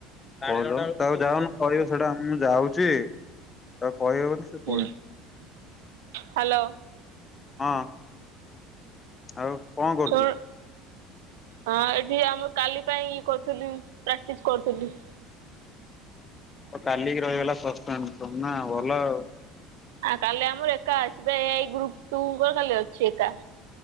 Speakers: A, on the left; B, on the right.
A: କହିଲ ତାକୁ ଯାଉନ କହିବ ସେଇଟା ମୁଁ ଯାଉଛି ତାକୁ କହିବେ ବୋଲି ସେ ପଳେଇବ
B: ହୁଁ ହ୍ୟାଲୋ।
A: ହଁ ଆଉ କଣ କରୁଚୁ?
B: ଶୁଣ ହଁ ଏଠି ଆମର କାଲି ପାଇଁ ଇଏ କରୁଥିଲି ପ୍ରାକ୍ଟିସ କରୁଥିଲି।
A: ଆଉ କାଲିକି ରହିଗଲା <unintelligible> ନା ଭଲ ଆଉ।
B: ଆ କାଲି ଆମର ଏକା ଅଛି ବା ଏଇ ଗ୍ରୁପ ଟୁଙ୍କର କାଲି ଅଛି ଏକା।